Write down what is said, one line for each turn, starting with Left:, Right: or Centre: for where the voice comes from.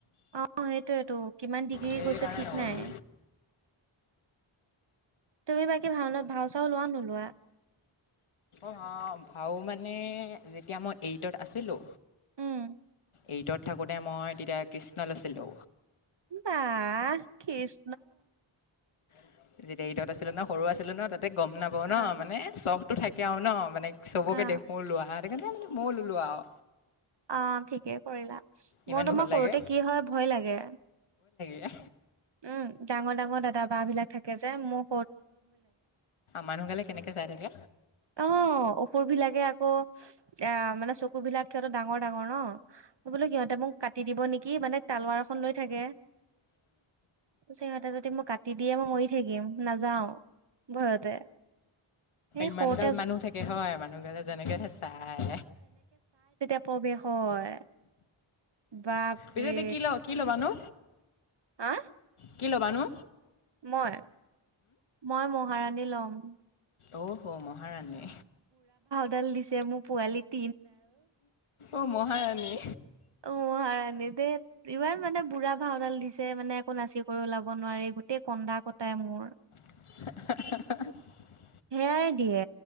Right: অ সেইটোয়েটো কিমান ডিগ্ৰী
Left: সেইকাৰণে
Right: গৈছে ঠিক
Left: নগ'লোঁ
Right: নাই। তুমি বাকী ভাওনাত ভাও চাও লোৱা নে নোলোৱা।
Left: অ' ভাও মানে যেতিয়া মই এইটত আছিলো।
Right: উম
Left: এইটত থাকোতে মই তেতিয়া কৃষ্ণ লৈছিলো।
Right: বা, কৃষ।
Left: আছিলো ন সৰু আছিলো ন তাতে গম নাপ
Right: অ',
Left: ন মানে চখটো থাকে আৰু ন মানে <inaudible> চবকে
Right: অ',
Left: দেখো লোৱা সেইকাৰণে মানে মইও ললো আৰু।
Right: অ' ঠিকে কৰিলা
Left: ইমান
Right: মোৰ তোমাৰ
Left: ভয় লাগে
Right: সৰুতে কি হয় ভয় লাগে।
Left: এ'
Right: উম ডাঙৰ ডাঙৰ দাদা বা বিলাক থাকে যে মোক
Left: মানুহ গালেকেনেকে চাই থাকে।
Right: অ' অসুৰ বিিলাকে আকৌ অ মানে চকু বিলাক সিহতো ডাঙৰ - ডাঙৰ ন। মই বোলো সিহঁতে মোক কাটি দিব নেকি মানে তালুৱাৰ এখন লৈ থাকে। সিহঁতে যদি মোক কাটি দিয়ে মই মৰি থাকিম নাযাও ভয়তে এ
Left: ইমানগাল
Right: সৰো
Left: মানুহ থাকে হয় মানুহ গালে যেনেকেহে চাই।
Right: প্ৰৱেশো হয়, বাপৰে
Left: পিছে এতিয়া কি ল কি ল'বানো
Right: হ'
Left: কি ল'ব নো?
Right: মই, মই মহাৰাণী লম।
Left: অ' হ' মহাৰাণী।
Right: ডাল দিছে মোৰ পোৱালিত
Left: অ' মহাৰাণী।
Right: অ' হাৰণী দেই ইমান মানে বুঢ়া ভাওনাল দিছে মানে একো নাচি কৰি ওলাব নোৱাৰি। গোটেই কন্দা- কটাই মোৰ।
Left: <unintelligible>
Right: সেয়াই দিয়ে